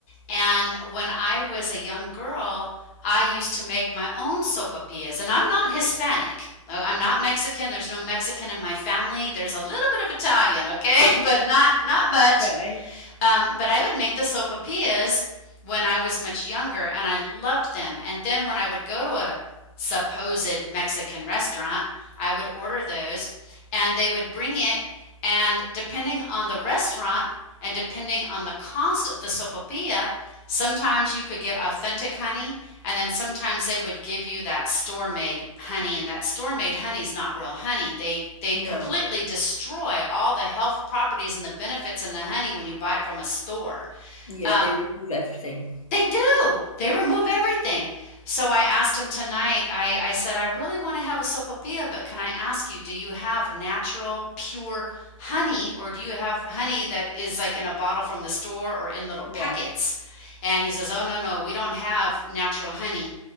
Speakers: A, on the left; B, on the left.
A: and when I was a young girl, I used to make my own sopapillas and I'm not Hispanic. Uh, I'm not Mexican. There's no Mexican in my family. There's a little bit of Italian, okay? <laughs> But not not much.
B: Right.
A: Um, but I would make the sopapillas when I was much younger and I loved them. And then when I would go to a supposed Mexican restaurant, I would order those and they would bring it. And depending on the restaurant and depending on the cost of the sopapilla, sometimes you could get authentic honey, and then sometimes they would give you that store-made honey, and that store-made honey is not real honey. They they completely
B: No.
A: destroy all the health properties and the benefits in the honey when you buy it from a store.
B: Yeah,
A: Um,
B: they remove everything.
A: they do. They remove everything. So I asked him tonight, I, I said, I really want to have a sopapilla, but can I ask you, do you have natural, pure honey, or do you have honey that is like in a bottle from the store or in little packets?
B: Yeah.
A: And he says, Oh, no, no, we don't have natural honey.